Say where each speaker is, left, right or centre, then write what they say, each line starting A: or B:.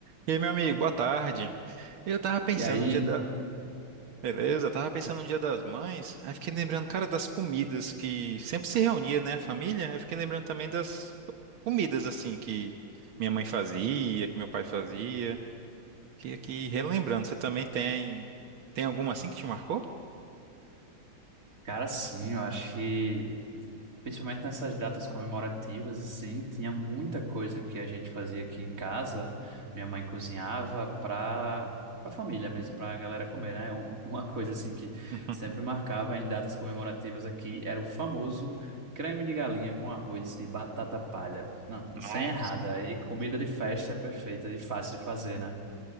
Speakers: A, on the right (about 85°); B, on the right (about 40°).
A: E aí, meu amigo, boa tarde. Eu tava pensando
B: E aí,
A: um dia da... Beleza, eu tava pensando um dia das mães, aí fiquei lembrando, cara, das comidas que sempre se reunia, né, a família. Eu fiquei lembrando também das comidas, assim, que minha mãe fazia, que meu pai fazia. Que aqui, relembrando, você também tem... Tem alguma assim que te marcou?
B: cara, sim, eu acho que, principalmente nessas datas comemorativas, assim, tinha muita coisa que a gente fazia aqui em casa. Minha mãe cozinhava para a família mesmo, para a galera comer, né? Um- Uma coisa, assim, que
A: <laughs>
B: sempre marcava em datas comemorativas aqui era o famoso creme de galinha com arroz e batata palha. Não, sem
A: Nossa.
B: errada. aí comida de festa é perfeita e fácil de fazer, né?